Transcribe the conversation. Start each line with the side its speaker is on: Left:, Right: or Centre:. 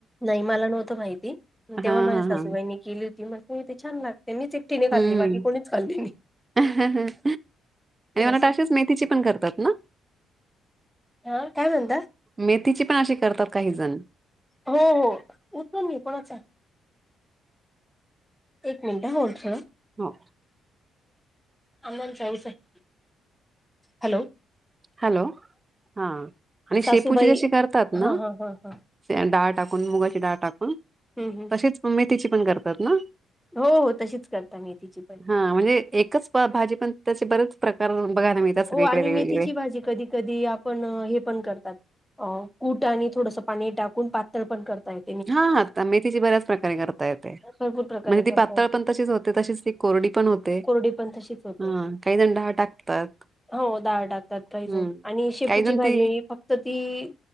Centre: नाही मला नव्हतं माहिती,
Right: हा
Centre: तेव्हा माझ्या
Right: हा
Centre: सासूबाईनी
Right: हा
Centre: केली होती मग ही तर छान लागते मीच एक तिने खाल्ली
Right: हम्म.
Centre: बाकी कोणीच खाल्ली नाही
Right: आणि मला
Centre: असं.
Right: वाटतं अशीच मेथीची पण करतात ना.
Centre: हा काय म्हणतां.
Right: मेथीची पण अशी करतात काही जण
Centre: हो हो उचलून घे कोणाचा एक मिनिटं होल्ड करा.
Right: हो.
Centre: आण्णांचा हाय उचलं हॅलो
Right: हॅलो हा आणि शेपूची
Centre: सासूबाई
Right: जशी करतात ना.
Centre: हा हा हा हा
Right: शेंग डाळ टाकून मुगाची डाळ टाकून
Centre: हम्म हम्म.
Right: तशीच मेथीची पण करतात ना.
Centre: हो हो तशीच करता मेथीची पण
Right: हा म्हणजे एकच प भाजी पण त्याचे बरेच प्रकार बघायला मिळतात सगळीकडे
Centre: हो आणि
Right: वेगवेगळे.
Centre: मेथीची भाजी कधी कधी आपण हे पण करतात, अ कूट आणि थोडसं पाणी टाकून पातळ पण करता येत.
Right: हा हा आता मेथीची बऱ्याच प्रकारे करता येते
Centre: भरपूर प्रकारे
Right: म्हणजे ती
Centre: करता
Right: पातळ
Centre: येते
Right: पण तशीच होते तशीच ती कोरडी पण होती.
Centre: कोरडी पण तशीच होती.
Right: हां काही जणं डाळ टाकतात.
Centre: हो डाळ टाकतात काहीजण
Right: हं.
Centre: आणि शेपूची
Right: काही जण
Centre: भाजी
Right: ती
Centre: फक्त ती